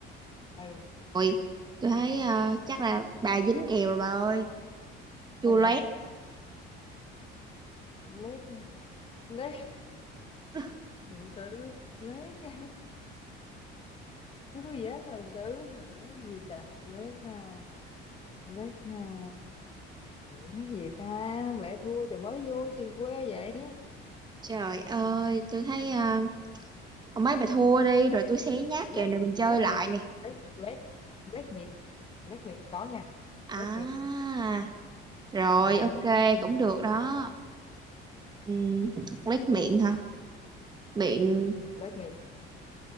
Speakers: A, on the left; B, on the right.
A: ừ
B: Ôi, tôi thấy ờ, chắc là bà dính kèo rồi bà ơi chua
A: sao vậy
B: loét
A: lết lết <laughs>
B: <laughs>
A: từ từ lết <laughs> cái gì hết rồi từ từ rồi lết gì chà lết à, lát à, lát gì ta không lẽ thua trời mới vô thì quê vậy
B: trời ơi tôi thấy ờ, mấy bà thua đi rồi tôi xé nhát
A: lát
B: kèo này mình chơi
A: lát
B: lại
A: mì
B: nè
A: lát lát lát mì lát mì có nha
B: À,
A: lát mì
B: rồi
A: Ừm,
B: ok cũng được đó. Ừm, lách miệng hả? Miệng
A: lát mì